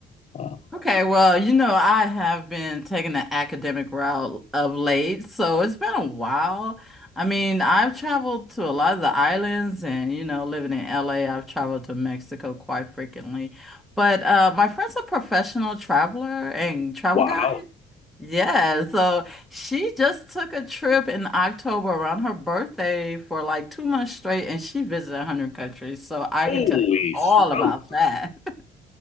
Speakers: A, on the left (about 40°); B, in the centre.
A: Um,
B: Okay, well, you know, I have been taking the academic route of late, so it's been a while. I mean, I've traveled to a lot of the islands and, you know, living in LA, I've traveled to Mexico quite frequently. But uh, my friend's a professional traveler and travel
A: wow.
B: guide. Yeah, so she just took a trip in October around her birthday for like two months straight, and she visited 100 countries. So I
A: Holy
B: can tell you all
A: smoke.
B: about that.